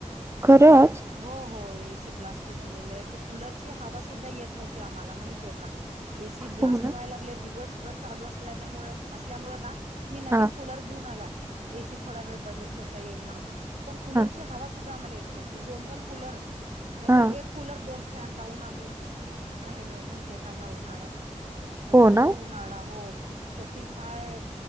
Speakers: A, on the right (about 20°); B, on the right (about 65°).
A: खरंच
B: हो हो एसी ब्लास्ट झालेली आहे तर कुलरची हवा सुद्धा येत नव्हती आम्हाला माहितीे का ती ब्लास्ट
A: हो ना
B: व्हायला लागली दिवसभर चालू असल्या असल्यामुळे ना मी नवीन
A: हा
B: कुलर घेऊन आला एसी थोडा वेळ बंद ठेवता येईल म्हणून पण कूलरची
A: हा
B: हवा सुद्धा आम्हाला येत नव्हती दोन दोन कुलर नाहीतर
A: हा
B: एक कूलर दोन फॅन लावून आम्ही राहिलोय माहितीय का ह्या उन्हाळ्यात प्रचंड
A: हो ना
B: ळा हो फोटी फाय